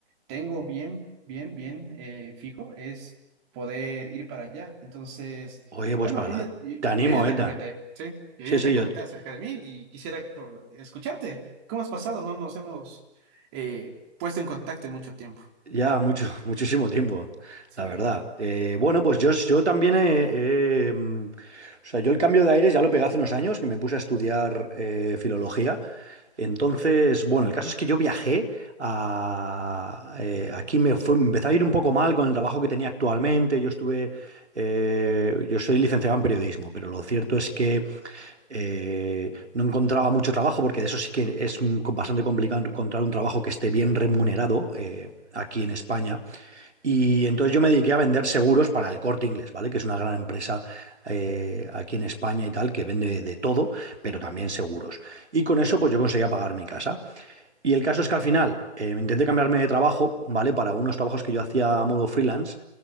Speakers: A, on the right (about 25°); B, on the right (about 80°).
A: tengo bien, bien, bien eh, fijo es poder ir para allá, entonces...
B: Oye, pues
A: Bueno,
B: para
A: yo
B: la...
A: ya, yo,
B: Te animo,
A: yo ya te
B: Eta.
A: comenté, sí, yo
B: Sí,
A: ya
B: sí,
A: te
B: yo
A: comenté acerca de mí y quisiera co- escucharte. ¿Cómo has pasado? No nos hemos eh, puesto en contacto en mucho tiempo.
B: ya mucho, <laughs> muchísimo tiempo,
A: Sí.
B: la verdad. Eh, bueno, pues yo, yo también he- he, mm, o sea, yo el cambio de aires ya lo pegué hace unos años, que me puse a estudiar eh, filología. Entonces, bueno, el caso es que yo viajé a- eh, aquí me fue, me empezó a ir un poco mal con el trabajo que tenía actualmente. Yo estuve, eh, yo soy licenciado en periodismo, pero lo cierto es que eh, no encontraba mucho trabajo, porque de eso sí que es mm, co- bastante complicado encontrar un trabajo que esté bien remunerado eh, aquí en España. Y entonces yo me dediqué a vender seguros para el Corte Inglés, ¿vale? Que es una gran empresa eh, aquí en España y tal, que vende de todo, pero también seguros. Y con eso pues yo conseguía pagar mi casa. Y el caso es que al final eh, intenté cambiarme de trabajo, ¿vale? Para unos trabajos que yo hacía a modo freelance.